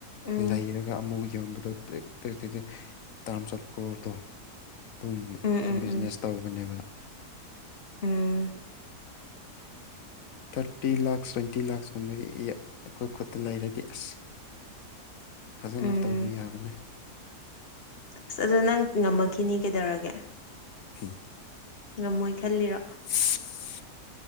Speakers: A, on the left; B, on the left.
A: ꯎꯝ ꯎꯝ
B: ꯂꯩꯔꯒ ꯑꯃꯨꯛ ꯌꯣꯟꯕꯗꯣ ꯇ꯭ꯔꯦꯞ ꯇꯔꯤ ꯇ ꯇꯔꯥꯃ ꯆ ꯀ꯭ꯔꯣꯔꯗꯣ ꯑꯗꯨꯝ
A: ꯎꯝ ꯎꯝ
B: ꯕꯤꯖꯤꯅꯦꯁ
A: ꯎꯝ
B: ꯇꯧꯕꯅꯦꯕ
A: ꯎꯝ
B: ꯊꯥꯔꯇꯤ ꯂꯥꯛꯁ ꯇ꯭ꯋꯦꯟꯇꯤ ꯂꯥꯛꯁ ꯀꯨꯝꯕ ꯑꯩꯈꯣꯏ ꯈꯨꯠꯇ ꯂꯩꯔꯗꯤ ꯑꯁ ꯐꯖꯅ
A: ꯎꯝ
B: ꯇꯧꯕ ꯌꯥꯕꯅꯦ
A: ꯑꯁ ꯑꯗꯣ ꯅꯪ ꯉꯝꯃꯛꯈꯤꯅꯤ ꯀꯩꯗꯧꯔꯒꯦ
B: ꯎꯝ
A: ꯉꯝꯃꯣꯏ ꯈꯜꯂꯤꯔꯣ
B: <unintelligible>